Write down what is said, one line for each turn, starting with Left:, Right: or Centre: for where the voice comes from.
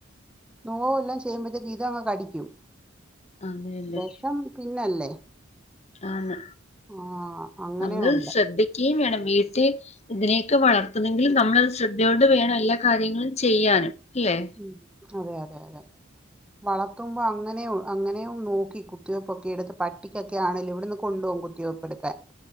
Centre: നോവ് വല്ലോം ചെയ്യ്മ്പഴത്തേക്ക് ഇതങ്ങ് കടിക്കും
Left: അതെയതെ
Centre: വെഷം പിന്നല്ലേ.
Left: ആണ്
Centre: ആഹ് അങ്ങനെയുണ്ട്
Left: നമ്മൾ ശ്രദ്ധിക്കി വേണം. വീട്ടിൽ ഇതിനെയൊക്കെ വളർത്തുന്നെങ്കിൽ നമ്മളത് ശ്രദ്ധയോടെ വേണം എല്ലാ കാര്യങ്ങളും ചെയ്യാനും. ഇല്ലേ?
Centre: ഉം അതെ അതെ അതെ. വളർത്തുമ്പോ അങ്ങനെയു അങ്ങനെയും നോക്കി കുത്തിവെയ്പ്പൊക്കെ എടുത്ത് പട്ടിക്കൊക്കെ ആണേലും ഇവിടെന്ന് കൊണ്ടുപോകും കുത്തിവെപ്പെടുക്കാൻ.